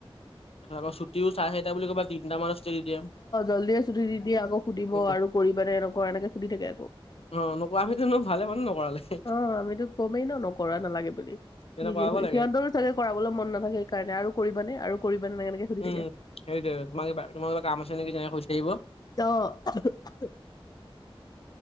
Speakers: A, on the left (about 80°); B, on the left (about 45°).
A: তাৰপিছত আকো ছুটিও চাৰে চাইটা বুলি কৈ পেনাই তিনিটা মানত চুটি দি দিয়ে।
B: জলদিয়ে চুটি দি দিয়ে আকৌ সুধিব
A: উম,
B: আৰু কৰিবানে এনেকুৱা এনেকে সুধি থাকে আকৌ।
A: অ', নকৰা আমিতোনো ভালে মানে নকৰালে।
B: অ', আমিতো কমেই ন নকৰা নালাগে বুলি,
A: এনে
B: নিজে
A: কৰাব লাগে
B: সিহঁতৰ চাগে কৰাবলৈ মন নাথাকে সেইকাৰণে আৰু কৰিব নে আৰু কৰিব নে এনেকে সুধি
A: উম,
B: থাকে
A: সেইটোৱে। তোমাক তোমালুকৰ কাম আছে নেকি তেনেকে কৈ থাকিব।
B: অ'।